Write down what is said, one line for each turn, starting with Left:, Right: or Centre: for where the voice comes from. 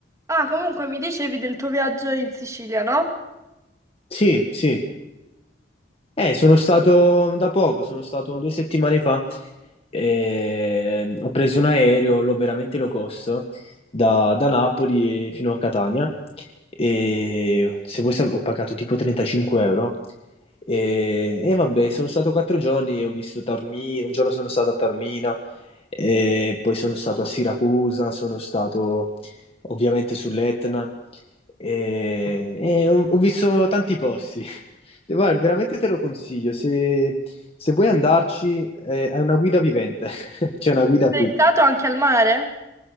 Right: Ah, comunque mi dicevi del tuo viaggio in Sicilia, no?
Left: Sì, sì. Eh, sono stato da poco, sono stato due settimane fa. eh, ho preso un aereo, l'ho veramente low cost, da, da Napoli fino a Catania. E se vuoi sap- ho pagato tipo 35 euro. E, e vabbè, sono stato quattro giorni, ho visto Taormina, un giorno sono stato a Taormina, e poi sono stato a Siracusa, sono stato ovviamente sull'Etna. E, e ho ho visto tanti posti. E Guarda, veramente te lo consiglio, se, se vuoi andarci, eh, hai una guida vivente, <laughs> c'è una guida
Right: Sei
Left: qui.
Right: stato anche al mare?